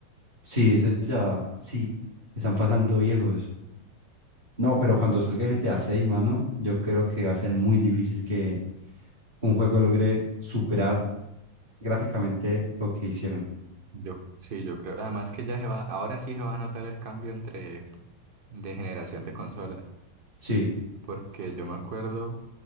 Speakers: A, on the right; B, on the right.
A: Sí, ese ya, sí, están pasando viejos. No, pero cuando salga GTA seis mano, yo creo que va a ser muy difícil que un juego logre superar gráficamente lo que hicieron.
B: Yo sí, yo creo. Además que ya se va, ahora sí se va a notar el cambio entre de generación de consola,
A: Sí,
B: porque yo me acuerdo